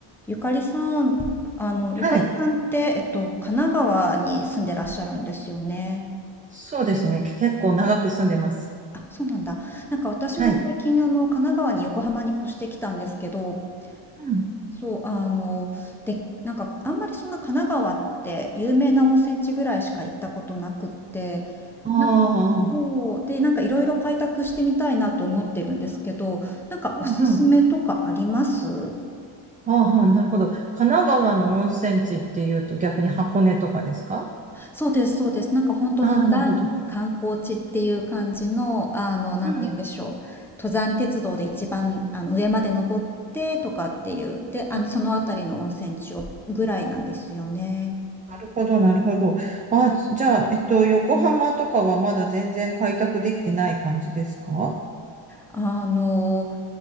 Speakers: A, in the centre; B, on the right.
A: ゆかりさん、あの、ゆかりさんって、
B: はい。
A: えっと、神奈川に住んでらっしゃるんですよね。
B: そうですね。結構長く住んでます。
A: あ、そうなんだ。なんか私も最近、
B: はい。
A: あの、神奈川に横浜に越してきたんですけど、
B: うん。
A: そう、あの、で、なんか、あんまりそんな神奈川って有名な温泉地ぐらいしか行ったことなくって、
B: あ
A: なん
B: あ、
A: そう、で、なんかいろいろ開拓してみたいなと思ってるんですけど、なんかおすすめとかあります
B: うんうん。ああ、なるほど。神奈川の温泉地っていうと逆に箱根とかですか
A: そうです、そうです。なんか本当にザ観光地っていう感じの、
B: ああ、なるほど。
A: あの、なんて言うんでしょう。
B: うんうん
A: 登山鉄道で一番、あの、上まで登ってとかっていう。で、あの、
B: うん。
A: そのあたりの温泉地をぐらいなんですよね。
B: なるほど、なるほど。ああ、じゃあ、えっと、横浜とかはまだ全然開拓できてない感じですか
A: あの、